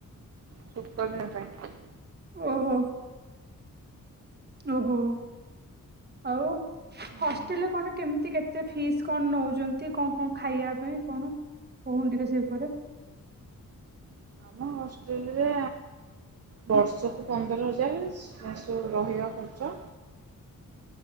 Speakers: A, on the right; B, on the right.
A: ସୂପ ଦିନ ପାଇଁ।
B: ଓହୋ। ଓହୋ ଆଉ
A: ହୁଁ
B: ହଷ୍ଟେଲରେ କଣ କେମିତି କେତ? ତେ ଫିସ୍ କଣ ନଉଛନ୍ତି କଣ କଣ ଖାଇବା ପାଇଁ କଣ କହୁନ ଟିକେ ସେ ଉପରେ?
A: ଆମ ହଷ୍ଟେଲରେ ବର୍ଷକୁ ପନ୍ଦର ହଜାର ସୋ ରହିବା ଖର୍ଚ୍ଚ।